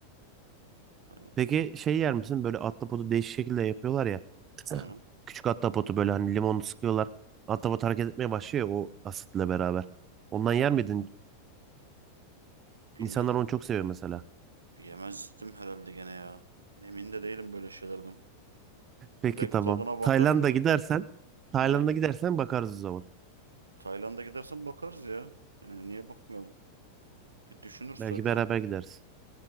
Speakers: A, on the right (about 75°); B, on the right (about 25°).
A: Hani,
B: Peki şey yer misin? Böyle ahtapotu değişik şekilde yapıyorlar ya. <laughs>
A: hı.
B: Evet. Küçük ahtapotu böyle hani limonu sıkıyorlar. Ahtapot hareket etmeye başlıyor ya o asitle beraber. Ondan
A: Onu
B: yer miydin? İnsanlar
A: bilmiyorum
B: onu
A: ya.
B: çok seviyor mesela.
A: Yemezdim herhalde gene ya. Emin de değilim böyle şeylerden.
B: Peki
A: Ya Belki
B: tamam.
A: tadına bakarım
B: Tayland'a
A: da.
B: gidersen Tayland'a
A: Ha.
B: gidersen bakarız o zaman.
A: Tayland'a gidersen bakarız ya. Yani niye bakmayalım? Bir düşünürüz
B: Belki
A: tabii canım.
B: beraber gideriz.